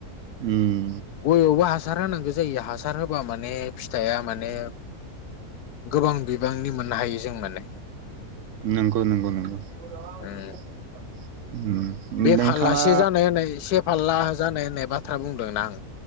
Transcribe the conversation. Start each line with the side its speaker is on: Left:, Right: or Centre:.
Right: उम
Left: गयावबो हासार होनांगौ जायो हासार होबा माने फिथाइया माने गोबां बिबांनि मोननो हायो जों माने।
Right: नंगौ नंगौ नंगौ <unintelligible>
Left: उम बे
Right: नोंथाङा
Left: फारलासे जानाय होननाय से फालला जानाय होननाय बा था बुंदोंना आं।